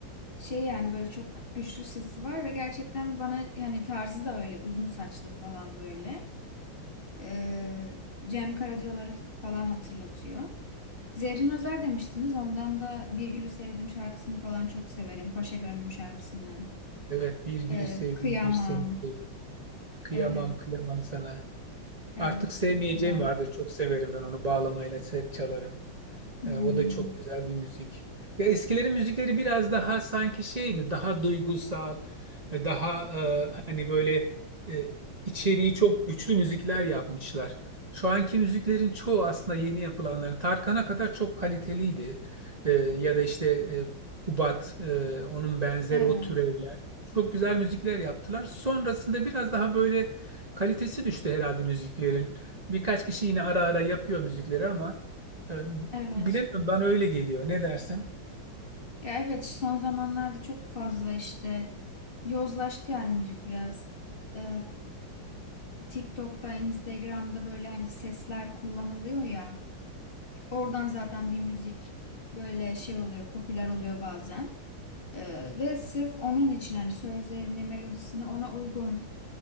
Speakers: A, on the left; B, on the right.
A: şey yani böyle çok güçlü sesi var ve gerçekten bana yani tarzı da öyle uzun saçlı falan böyle. Ee, Cem Karacalar'ı falan hatırlatıyor. Zerrin Özer demiştiniz. Ondan da Bir Gülü Sevdim şarkısını falan çok severim. Paşa Gönlüm şarkısını.
B: Evet bir gülü
A: Ee,
B: sevdim
A: Kıyamam.
B: bir seni sevdim. Kıyamam
A: Evet,
B: kıyamam sana.
A: evet
B: Artık sevmeyeceğim
A: çok güzel.
B: vardır çok severim ben onu bağlamayla se- çalarım.
A: Hmm,
B: E, o da çok güzel bir müzik. Ya eskilerin müzikleri biraz daha sanki şey mi? Daha duygusal, e, daha e, hani böyle e, içeriği çok güçlü müzikler yapmışlar. Şu anki müziklerin çoğu aslında yeni yapılanların Tarkan'a kadar çok kaliteliydi. E, ya da işte e, Kubat, e, onun benzeri
A: evet,
B: o türevler. Çok güzel müzikler yaptılar. Sonrasında biraz daha böyle kalitesi düştü herhalde müziklerin. Birkaç kişi yine ara ara yapıyor müzikleri ama e,
A: evet.
B: Bilemiyorum ben öyle geliyor. Ne dersin?
A: Ya evet son zamanlarda çok fazla işte yozlaştı yani müzik biraz. Ee, TikTok'ta, Instagram'da böyle hani sesler kullanılıyor ya. Oradan zaten bir müzik böyle şey oluyor, popüler oluyor bazen. Ee, ve sırf onun için hani sözlerini, melodisini ona uygun